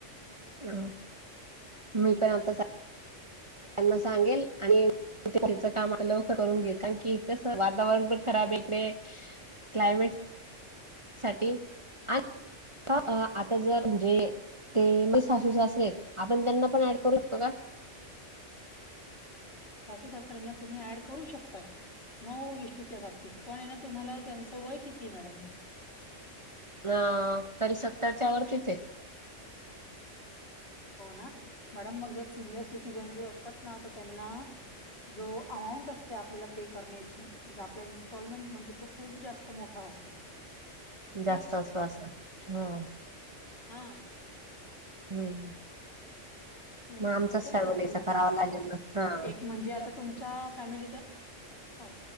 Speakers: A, on the right; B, on the left.
A: ह मी काय आता काय
B: <unintelligible>
A: त्यांना सांगेल. आणि च काम लवकर करून घे. कारण की कसं वातावरण पण खराबे इकडे. क्लायमेट साठी <inaudible> आता जर म्हणजे? ते मी सासू सासरेयेत. आपण त्यांना पण ऍड करू शकतो का?
B: सासू-सासर्‍यांना तुम्ही ऍड करू शकतात. नो ईशू त्या बाबतीत. पणे ना तुम्हाला त्यांचं वय कितीय मॅडम?
A: अ तरी सत्तरच्या वरतीचे.
B: हो ना, मॅडम मग जर सिनियर सी सिटिझन जे असतात ना. त त्यांना जो अमाऊंट असते आपल्याला पे करण्याची. म्हणजे आपला इन्स्टॉलमेंट म्हणतो तो खूप जास्त मोठा असतो.
A: जास्त
B: नाही
A: असतो अस. ह हम्म
B: का? हां
A: हम्म.
B: हम्म
A: मग आमचाच
B: तो खूप
A: फॅमिलीचा
B: जास्त मोठा
A: करावा
B: असतो.
A: लागेल ना हा
B: एक म्हणजे आता तुमच्या फॅमिलीचा हो.